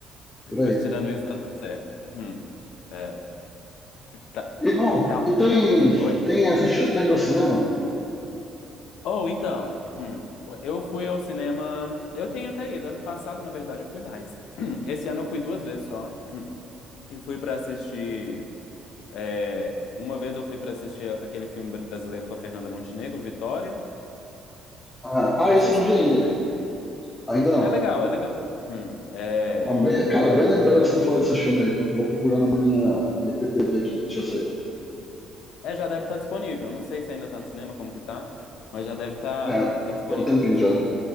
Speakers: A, on the left (about 20°); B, on the left (about 75°).
A: por aí.
B: mas tirando isso, tá tudo certo. Hum. É, tá,
A: Irmão,
B: tá.
A: tu tem.
B: Oi.
A: Tem essa. Tá indo ao cinema?
B: Ou então, hum, eu fui ao cinema. Eu tenho até ido. Ano passado, na verdade, eu fui mais. <clears throat> Esse ano eu fui duas vezes só. E fui pra assistir. é, uma vez eu fui pra assistir aquele filme brasileiro com a Fernanda Montenegro, Vitória.
A: Ah,
B: <clears throat>
A: ah,
B: Não
A: esse
B: sei
A: eu
B: se
A: não
B: você
A: vi ainda.
B: chegou a ver.
A: Ainda não.
B: É legal, é legal. Hum, é,
A: Mas bem- cara, bem lembrado você não falar desse filme aí, porque eu vou procurar na minha, na IPTV aqui, deixa eu sair.
B: É, já deve estar disponível. Não sei se ainda tá no cinema, como que tá, mas já deve estar
A: É,
B: ter disponível.
A: tem um tempinho já.